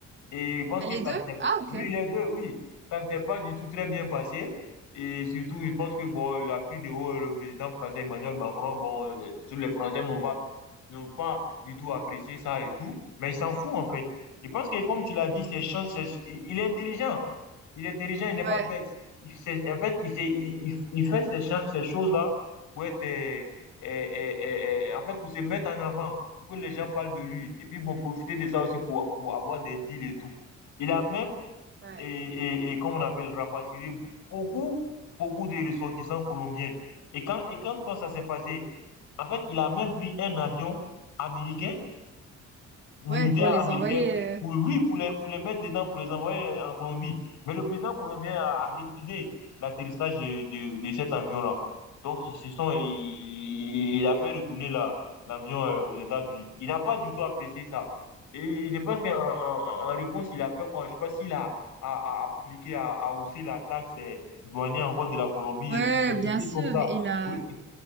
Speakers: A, on the left (about 80°); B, on the right (about 40°).
A: Et je pense que
B: Les
A: ça
B: deux?
A: ne s'est...
B: Ah, ok.
A: Oui, les deux, oui. Ça ne s'est pas du tout très bien passé. Et surtout, je pense que bon, il a pris de haut le président français Emmanuel Macron. Bon, les, les Français n'ont pas, n'ont pas du tout apprécié ça et tout. Mais il s'en fout, en fait. Je pense que, comme tu l'as dit, c'est, chan- c'est- il est intelligent. Il est intelligent, il n'est pas
B: Ouais.
A: bête. Il, sait- en fait, il, sait- il, il- il fait ces, cha- ces choses-là pour être, euh, euh, euh, euh, euh, en fait, pour se mettre en avant, pour que les gens parlent de lui. Et puis, bon, profiter de ça aussi pour, pour avoir des deals et tout. Il a même,
B: Ouais.
A: et, et, et comme on appelle, rapatrié beaucoup, beaucoup de ressortissants colombiens. Et quand, et quand ça s'est passé, en fait, il a même pris un avion américain militaires
B: Ouais, pour les
A: américains
B: envoyer. euh.
A: pour, oui, pour les, pour les mettre dedans, pour les envoyer en Colombie. Mais le président colombien a, a refusé l'atterrissage de, de, de cet avion-là. Donc, ils se sont, il, il a fait retourner la, l'avion euh, aux États-Unis. Il n'a pas du tout apprécié ça. Et je pense qu'en en, en réponse, il a fait quoi? Je ne sais pas s'il a, a, a appliqué, a, a haussé la taxe euh, douanière encore de la Colombie
B: Ouais,
A: et tout, quelque
B: bien
A: chose
B: sûr.
A: comme ça.
B: Il a.
A: Oui,